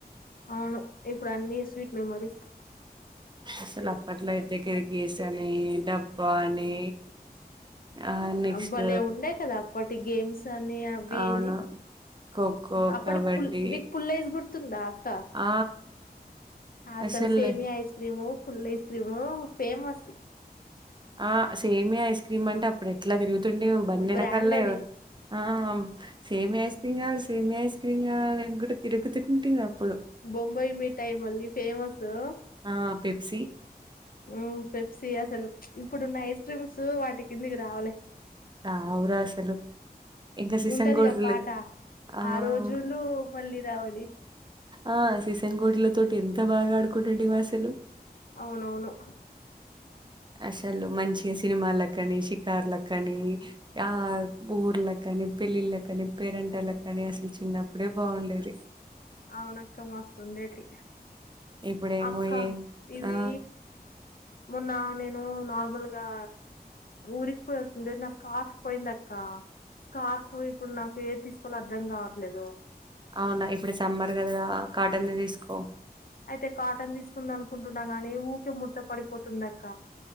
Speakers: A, on the left; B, on the right.
A: అవును ఇప్పుడు అన్ని స్వీట్ మెమొరీస్
B: అసలు అప్పట్లో అయితే కిరికీస్ అని డబ్బా అని ఆ నెక్స్ట్
A: అ భలే ఉండే కదా అప్పట్ టి గేమ్స్ సని అవి
B: అవును
A: ఇవి
B: ఖోఖో
A: అప్పుడి
B: కబడ్డీ
A: పుల్ నిక్ పుల్లైస్ గుర్తు తుందా క్క
B: ఆ
A: అసల
B: అసలు
A: సేమియా ఐస్ క్రీము పుల్ల ఐస్ క్రీమ్ ఫేమస్
B: ఆ సేమియా ఐస్ క్రీమ్ అంటే అప్పుడు ఎట్లా తిరుగుతు తుండువి బండినెకాలలే
A: బ్రాండ్ అది
B: ఆ సేమియా ఐస్ క్రీమ్ కావాల సేమి ఐస్ క్రీమ్ కావాల అనుకుంట తిరుగుతు ఇంటింగబ్
A: బొంబాయి మిఠాయి మళ్ళీ ఫేమస్సు
B: ఆ పెప్సీ
A: ఉమ్ పెప్సి అసలు ఇప్పుడున్న ఐస్ క్రీమ్స్ వాటి కిందుకి రావులే
B: రావు రా అసలు ఇంకా శిసంగోడ్లు
A: ఉంటదిగా పాట
B: ఆవ్
A: ఆ రోజులు మళ్ళీ రావడి
B: ఆ శిసంగోడ్ల తో టి ఎంత బాగా ఆడుకుంటుంటిమసలు
A: అవునవును
B: అసలు మంచింగా సినిమాల కని షికార్లక్ కని ఆ ఊర్ళ కాని పెళ్ళిళ్ళ కాని పేరంటాలకని అసలు చిన్నప్పుడే బావుండేది
A: అవునక్క మస్తుండేటి
B: ఇప్పుడేమో
A: అక్క
B: ఏ
A: ఇవి
B: ఆ
A: మొన్న నేను నార్మల్గా ఊరికి పోయి వస్తుంటే నా స్కార్ఫ్ పోయింది అక్క స్కార్ఫ్ ఇప్పుడు నాకు ఏది తీసుకోవాలో అర్ధం కావట్లేదు
B: అవునా ఇప్పుడు సమ్మర్ కదా రా కాటన్ ది తీసుకో
A: అయితే కాటన్ తీసుకుందనుకుంటున్నా కాని ఊకే ముడత పడిపోతుందక్క